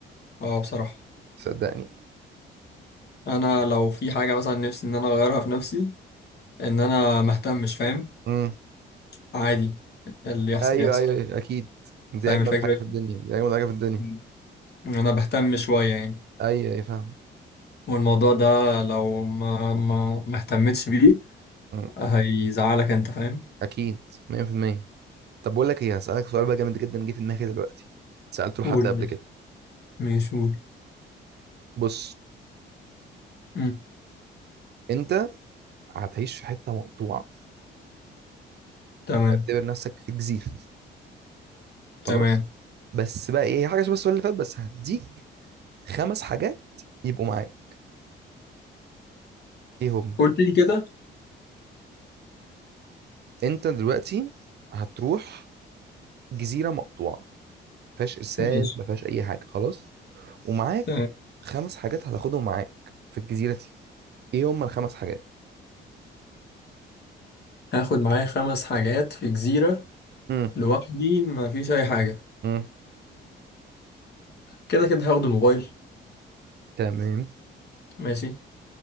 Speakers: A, on the left; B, on the right.
A: اه بصراحه
B: صدقني
A: انا لو في حاجه مثلا نفسي ان انا اغيرها في نفسي ان انا مهتمش فاهم
B: امم
A: عادي اللي يحصل
B: أيوه
A: يحصل
B: أيوه أيوه، أكيد دي
A: فاهم
B: أجمل
A: الفكره
B: حاجة
A: دي
B: في الدنيا دي أجمل حاجة في الدنيا
A: مم. انا بهتم شويه يعني
B: أيوه أيوه فاهم
A: والموضوع ده لو ما ما ما اهتمتش بيه
B: مم.
A: هيزعلك انت فاهم
B: أكيد 100% طب بقول لك إيه هسألك سؤال بقى جامد جدا جه في دماغي دلوقتي سألته لحد
A: قول
B: قبل كده
A: ماشي قول
B: بص
A: مم.
B: أنت هتعيش في حتة مقطوعة
A: تمام
B: اعتبر نفسك في جزيرة خلاص
A: تمام
B: بس بقى إيه هي حاجة شبه السؤال اللي فات بس هديك خمس حاجات يبقوا معاك ايه هم
A: قلت لي كده
B: انت دلوقتي هتروح جزيره مقطوعه ما فيهاش ارسال
A: ماشي
B: ما فيهاش اي حاجه خلاص ومعاك
A: تمام
B: خمس حاجات هتاخدهم معاك في الجزيره دي ايه هم الخمس حاجات
A: هاخد معايا خمس حاجات في جزيرة
B: امم
A: لوحدي ما فيش أي حاجة
B: امم
A: كده كده هاخد الموبايل
B: تمام
A: ماشي